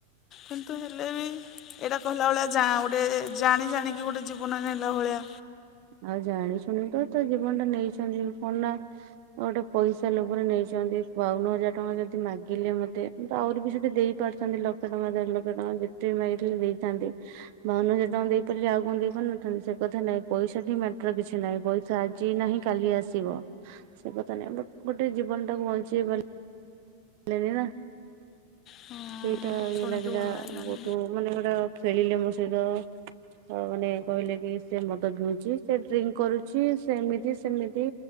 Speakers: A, on the left; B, on the right.
A: କିନ୍ତୁ ହେଲେ ବି ଏଇଟା କହିଲା ଭଳିଆ ଜା ଗୋଟେ ଜାଣି ଜାଣିକି ଗୋଟେ ଜୀବନ ନେଲା ଭଳିଆ
B: ଆଉ ଜାଣିଶୁଣିତ ତାଜୀବନଟା ନେଇଚନ୍ତି କଣନା ଗୋଟେ ପଇସା ଲୋଭରେ ନେଇଚନ୍ତି ବାଉନୁ ହଜାର ଟଙ୍କା ଯଦି ମାଗିଲେ ମତେ କିନ୍ତୁ ଆହୁରିବି ସୁଧେ ଦେଇପାରିଥାନ୍ତି ଲକ୍ଷେ ଟଙ୍କା ଦେଢ ଲକ୍ଷ ଟଙ୍କା ଯେତେବି ମାଗିଥିଲେ ଦେଇଥାନ୍ତି। ବାଉନୁ ହଜାର ଟଙ୍କା ଦେଇପାରିଲି ଆଉ କଣ ଦେଇପାରିନଥାନ୍ତି ସେକଥା ନାଇଁ। ପଇସାଟି ମ୍ୟାଟର କିଛି ନାହିଁ ପଇସା ଆଜି ନାହିଁ କାଲି ଆସିବ। ସେକଥା ନାହିଁ ବଟ୍ ଗୋଟେ ଜୀବନ ଟାକୁ ବଞ୍ଚେଇ ପା ରିଲେନିନା।
A: ହଁ
B: ସେଇଟା ଇଏ
A: ଶୁଣିକି
B: ଲାଗିଲା
A: ଭଲ ଲାଗିଲାନି
B: ବହୁତ୍ ମାନେ ଗୋଟେ ଖେଳିଲେ ମୋ ସହିତ। ଅଉ ମାନେ କହିଲେକି ସେମଦ ପିଉଚି ସେଡ୍ରିଙ୍କ କରୁଚି ସେମିତି ସେମିତି